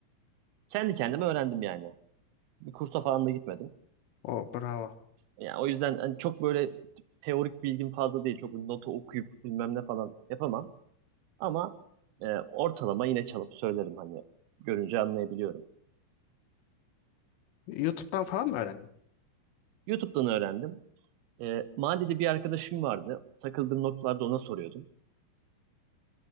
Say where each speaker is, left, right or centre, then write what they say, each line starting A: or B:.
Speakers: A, on the right; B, on the left.
A: Kendi kendime öğrendim yani. Bir kursa falan da gitmedim.
B: O bravo.
A: Yani o yüzden hani çok böyle teorik bilgim fazla değil. Çok notu okuyup bilmem ne falan yapamam. Ama e, ortalama yine çalıp söylerim hani görünce anlayabiliyorum.
B: YouTube'dan falan mı öğrendin?
A: YouTube'dan öğrendim. E, mahallede bir arkadaşım vardı. Takıldığım noktalarda ona soruyordum.